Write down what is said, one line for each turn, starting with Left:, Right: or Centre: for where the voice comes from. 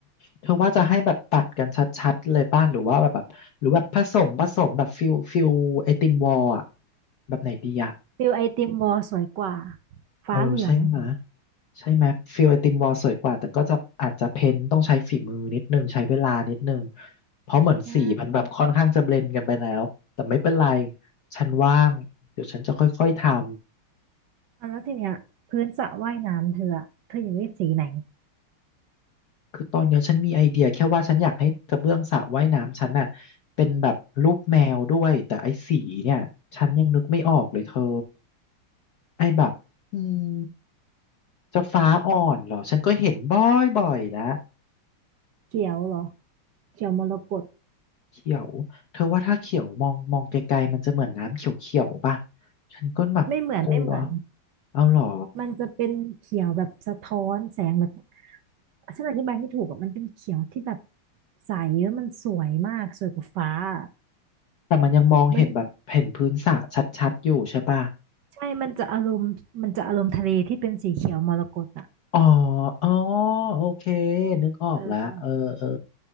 Left: เธอว่าจะให้แบบตัดกันชัดๆเลยป่ะหรือว่าแบบแบบหรือแบบผสมผสมแบบฟิลฟิลไอติมวอลอะแบบไหนดีอะ
Right: ฟิลไอติมวอลสวยกว่าฟ้าเหลือง
Left: เออใช่ไหมะใช่ไหมยฟิลไอติมวอลสวยกว่าแต่ก็จะอาจจะเพ้นท์ต้องใช้ฝีมือนิดนึงใช้เวลานิดนึงเพราะเหมือนสีมันแบบค่อนข้างจะเบลนด์กันไปแล้วแต่ไม่เป็นไร
Right: ใช่
Left: ฉันว่างเดี๋ยวฉันจะค่อยๆทำ
Right: อ่ะแล้วทีเนี้ยพื้นสระว่ายน้ำเธออะเธออยากได้สีไหน
Left: คือตอนเนี้ยฉันมีไอเดียแค่ว่าฉันอยากให้กระเบื้องสระว่ายน้ำฉันน่ะเป็นแบบรูปแมวด้วยแต่ไอ้สีเนี่ยฉันยังนึกไม่ออกเลยเธอไอ้แบบอืมจะฟ้าอ่อนเหรอฉันก็เห็นบ่อยๆแล้ว
Right: เขียวเหรอเขียวมรกต
Left: เขียวเธอว่าถ้าเขียวมองมองไกลๆมันจะเหมือนน้ำเขียวๆป่ะฉันก็แบบกลัว
Right: ไม่เหมือนไม่เหมือน
Left: เอาหรอ
Right: มันจะเป็นเขียวแบบสะท้อนแสงแบบ ฉันอธิบายไม่ถูกอะมันเป็นเขียวที่แบบใสแล้วมันสวยมากสวยกว่าฟ้าอะ
Left: แต่มันยังมองเห็นแบบเห็นพื้นสระชัดๆอยู่ใช่ป่ะ
Right: มันใช่มันจะอารมณ์มันจะอารมณ์ทะเลที่เป็นสีเขียวมรกตอ่ะ
Left: อ๋ออ๋อโอเคนึกออกแล้วเออเออ
Right: เออ